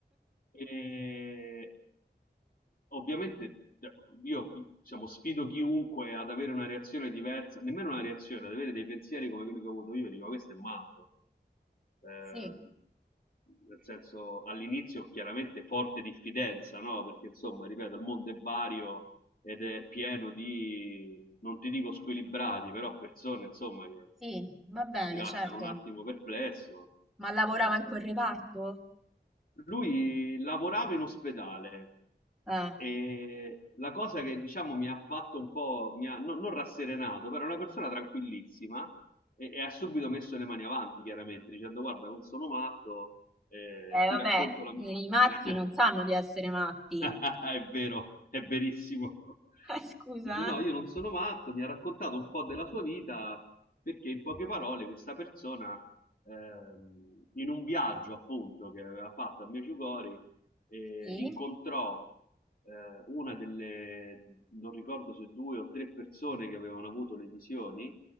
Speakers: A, on the left; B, in the centre.
A: E ovviamente cioè, io diciamo, sfido chiunque ad avere una reazione diversa, nemmeno una reazione, ad avere dei pensieri come quelli che ho avuto io, dico questo è matto. Eh,
B: Sì.
A: nel senso, all'inizio chiaramente forte diffidenza, no? Perché insomma, ripeto, il mondo è vario ed è pieno di, non ti dico squilibrati, però persone insomma che
B: Sì, va bene,
A: ti lasciano
B: certo.
A: un attimo perplesso.
B: Ma lavorava
A: Eh,
B: in quel reparto?
A: lui lavorava in ospedale
B: Eh,
A: e la cosa che diciamo mi ha fatto un po', mi ha, no- non rasserenato, però è una persona tranquillissima e, e ha subito messo le mani avanti, chiaramente, dicendo guarda, non sono matto, eh,
B: eh,
A: ti
B: vabbè,
A: racconto la
B: i
A: mia...
B: matti
A: <laughs>
B: non sanno di essere matti.
A: <laughs> È vero, è verissimo.
B: <laughs> Eh, scusa.
A: Dice: No, io
B: eh.
A: non sono matto. Mi ha raccontato un po' della sua vita perché, in poche parole, questa persona, ehm, in un viaggio appunto che aveva fatto a Medjugorje, eh,
B: Sì?
A: incontrò eh, una delle, non ricordo se due o tre persone che avevano avuto le visioni